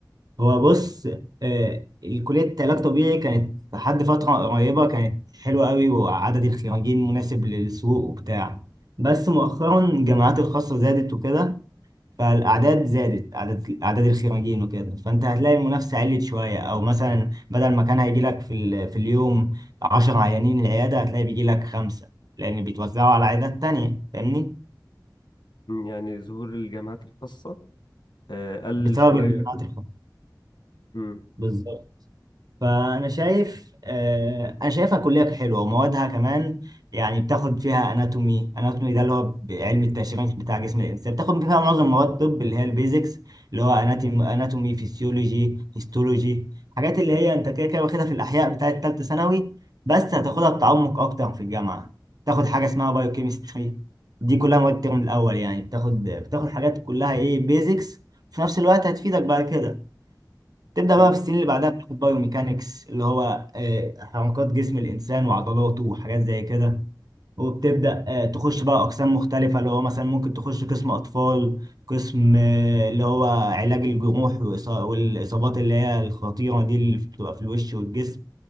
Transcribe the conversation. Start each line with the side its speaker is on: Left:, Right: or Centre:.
Right: هو بص آه كلية علاج طبيعي كانت لحد فترة قريبة كانت حلوة قوي وعدد الخريجين مناسب للسوق وبتاع بس مؤخرا الجامعات الخاصة زادت وكده فالاعداد زادت اعداد اعداد الخريجين وكده فانت هتلاقي المنافسه عليت شويه او مثلا بدل ما كان هيجي لك في ال... في اليوم 10 عيانين العياده هتلاقي بيجي لك خمسه لان بيتوزعوا على عيادات تانية فاهمني
Left: مم، يعني ظهور الجامعات الخاصة آه، قلل
Right: بسبب
Left: شوية
Right: الجامعات الخاصه
Left: مم.
Right: بالظبط فانا شايف آه، انا شايفها كليه حلوه وموادها كمان يعني بتاخد فيها اناتومي اناتومي ده اللي هو علم التشريح بتاع جسم الانسان بتاخد فيها معظم مواد الطب اللي هي البيزكس اللي هو اناتومي اناتومي فيسيولوجي هيستولوجي حاجات اللي هي انت كده كده واخدها في الاحياء بتاعه ثالثه ثانوي بس هتاخدها بتعمق اكتر في الجامعه تاخد حاجه اسمها بايوكيمستري دي كلها مواد الترم الاول يعني بتاخد بتاخد حاجات كلها ايه بيزكس في نفس الوقت هتفيدك بعد كده تبدأ
Left: طب
Right: بقى
Left: و-
Right: في السنين اللي بعدها بتاخد بايوميكانكس اللي هو آه، حركات جسم الإنسان وعضلاته وحاجات زي كده وبتبدأ آه، تخش بقى أقسام مختلفة اللي هو مثلا ممكن تخش قسم أطفال قسم آه، اللي هو علاج الجروح وإصا- والإصابات اللي هي الخطيرة دي اللي بتبقى في الوش والجسم